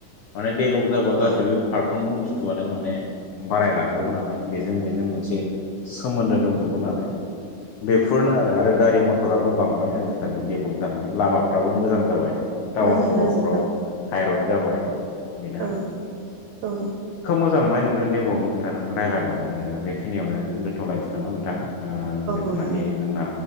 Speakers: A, on the left (about 85°); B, on the right (about 80°).
A: माने डेब्लग जाबा गासैबो
B: औ
A: मोनफ्रोमबो बुस्थुआनो माने बारायलांजोबो नालाय बेजों बेजों
B: नंगौ
A: मोनसे
B: नोंथां
A: सोमोन्दो दंजोबो नालाय। बेफोरनो आरो आरो गारि मथराबो बांबाय आजिखालि डेब्लग जानानै लामाफ्राबो मोजां जाबाय। टाउन
B: मोजां
A: सहरफ्राव
B: जाजोब्बाय
A: हायरड जाबाय बेनो
B: औ
A: आरो।
B: औ।
A: मोजांमोनबाय नोंजों देब्लगनि खोथाओ रायलायनानै ओ बेखिनियावनो दोन्थ'लायनोसै नामा नोंथां? ओ जिथुनाखि
B: औ नों
A: जोंना